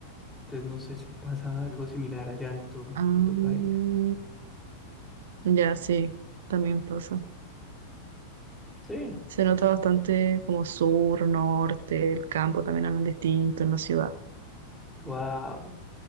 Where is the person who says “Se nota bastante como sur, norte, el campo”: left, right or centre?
Right